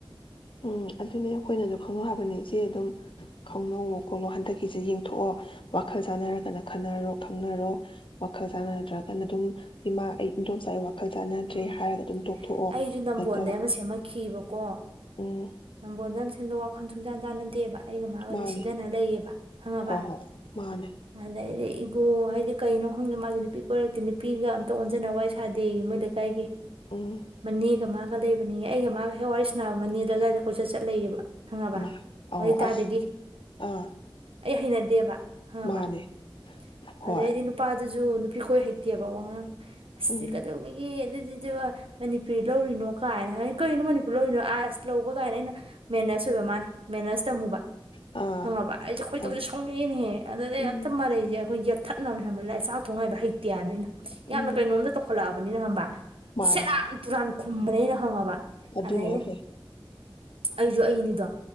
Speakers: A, on the left (about 65°); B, on the right (about 85°).
A: ꯎꯝ ꯑꯗꯨꯅꯦ ꯑꯩꯈꯣꯏꯅꯁꯨ ꯈꯪꯅꯧ ꯍꯥꯏꯕꯅꯦ ꯏꯆꯦ ꯑꯗꯨꯝ ꯈꯪꯅꯧꯋꯣ ꯈꯣꯠꯂꯣ ꯍꯟꯗꯛꯀꯤꯁꯤꯦ ꯌꯦꯡꯊꯣꯛꯑꯣ ꯋꯥꯈꯜ ꯆꯥꯅꯔꯒꯅ ꯈꯟꯅꯔꯣ ꯈꯪꯅꯔꯣ ꯋꯥꯈꯜ ꯆꯥꯟꯅꯗ꯭ꯔꯒꯅ ꯑꯗꯨꯝ ꯏꯃꯥ ꯑꯩ ꯏꯗꯣꯝꯆꯥ ꯋꯥꯈꯜ ꯆꯥꯟꯅꯗ꯭ꯔꯦ
B: ꯎꯝ
A: ꯍꯥꯏꯔꯒ ꯑꯗꯨꯝ ꯇꯣꯛꯊꯣꯛꯑꯣ
B: ꯑꯩꯁꯨ ꯅꯝꯕꯣꯟꯗꯩ
A: ꯅꯠꯇ
B: ꯑꯃ ꯁꯦꯝꯃꯛꯈꯤꯕꯀꯣ
A: ꯎꯝ
B: ꯅꯝꯕꯣꯟ ꯅꯝꯁꯦꯜꯗꯣ ꯋꯥꯈꯜ ꯁꯨꯡꯆꯥꯟ ꯆꯥꯟꯅꯗꯦꯕ ꯑꯩꯒ ꯃꯥꯒꯁꯦ
A: ꯃꯥꯅꯦ
B: ꯁꯤꯗꯅ ꯂꯩꯌꯦꯕ ꯈꯪꯉꯕ
A: ꯍꯣ ꯍꯣꯏ ꯃꯥꯅꯦ
B: ꯑꯗꯩꯗꯤ ꯏꯒꯣ ꯍꯥꯏꯗꯤ ꯀꯩꯅꯣ ꯈꯪꯗꯦ ꯃꯥꯁꯦ ꯅꯨꯄꯤ ꯀꯣꯏꯔꯛꯇꯦ ꯅꯨꯄꯤꯒ ꯑꯝꯇ ꯑꯣꯟꯖꯟꯅ ꯋꯥꯔꯤꯏ ꯁꯥꯗꯦ ꯃꯣꯏ ꯂꯩꯀꯥꯏꯒꯤ
A: ꯎꯝ
B: ꯃꯅꯦꯒ ꯃꯥ ꯂꯩꯕꯅꯤ ꯑꯩꯒ ꯃꯥꯒ ꯍꯦꯛ ꯋꯥꯔꯤ ꯁꯥꯟꯅꯕ ꯃꯅꯦꯗꯣ ꯑꯗꯨꯋꯥꯏꯗ ꯀꯣꯏꯆꯠ ꯆꯠ ꯂꯩꯌꯦꯕ ꯈꯪꯉꯕ
A: ꯃꯥ ꯑꯧ
B: ꯋꯥꯔꯤ ꯇꯥꯗꯣꯏꯒꯤ
A: ꯑꯁ ꯑꯥ
B: ꯑꯩ ꯍꯩꯅꯗꯦꯕ ꯈꯪꯉꯕ
A: ꯃꯥꯅꯦ
B: ꯑꯗꯗꯤ
A: ꯍꯣꯏ
B: ꯅꯨꯄꯥ ꯑꯗꯨ ꯨ ꯁꯨ ꯅꯨꯄꯤꯈꯣꯏ ꯍꯩꯇꯦꯕ ꯋꯥꯉꯥꯡ ꯑꯁ
A: ꯎꯝ
B: ꯁꯤ ꯀꯗꯧꯋꯤꯒꯦ ꯑꯗꯨ ꯑꯗꯨꯗꯤ ꯃꯅꯤꯄꯨꯔꯤ ꯂꯧꯔꯤꯅꯣ ꯀꯥꯏꯅ ꯍꯥꯏꯅ ꯀꯔꯤꯅꯣ ꯃꯅꯤꯄꯨꯔ ꯂꯧꯔꯤꯅꯣ ꯑꯥꯔꯁ ꯂꯧꯕ ꯀꯥꯏꯅ ꯑꯩꯅ ꯃꯦꯅꯦꯁ ꯑꯣꯏꯕ ꯃꯥꯅ ꯃꯦ ꯇꯝꯃꯨꯕ
A: ꯑꯥ
B: ꯈꯪꯉꯕ ꯑꯩꯁꯦ ꯈꯣꯏꯗꯧꯁꯦ
A: ꯎꯝ
B: ꯁꯧꯉꯅꯦꯍꯦ ꯑꯗꯨꯗꯩ
A: ꯎꯝ
B: ꯑꯛꯇ ꯃꯔꯩꯁꯦ ꯑꯩꯈꯣꯏ ꯌꯦ ꯊꯠꯅꯕ ꯍꯦꯟꯕ ꯂꯑꯦ ꯆꯥꯛ ꯊꯣꯡꯅꯛꯏꯕ ꯍꯩꯇꯦ ꯍꯥꯏꯅ ꯑꯩꯅ
A: ꯎꯝ
B: ꯌꯥꯝꯅ ꯀꯩꯅꯣꯝꯇ ꯇꯧꯈꯠꯂꯛꯑꯕ ꯑꯗꯨꯅꯍ
A: ꯃꯥꯅꯦ
B: ꯁꯔꯥꯟꯇꯨ ꯈꯨꯝꯕꯅꯦ ꯑꯩꯅ ꯈꯪꯉꯕ
A: ꯑꯗꯨꯅ
B: ꯑꯗꯩꯗꯤ
A: ꯍꯦꯛ ꯐꯩ
B: ꯑꯩꯁꯨ ꯑꯩꯅꯤꯗꯣ